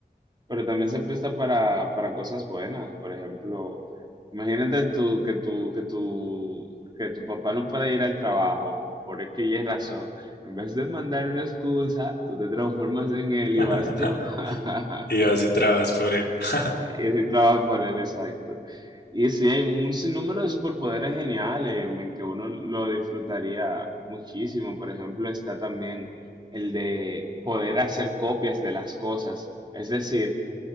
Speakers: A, on the right; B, on the left.
A: Pero también se presta para, para cosas buenas. Por ejemplo, imagínate tú que tu, que tu, que tu papá no pueda ir al trabajo por X y razón. En vez de mandar una excusa, tú te transformas en él
B: <laughs>
A: y vas tú. <laughs>
B: Y vas y trabajas por él. <laughs>
A: Y así trabajas por él, exacto. Y sí, hay un sinnúmero de superpoderes geniales en que uno lo disfrutaría muchísimo. Por ejemplo, está también el de poder hacer copias de las cosas. Es decir,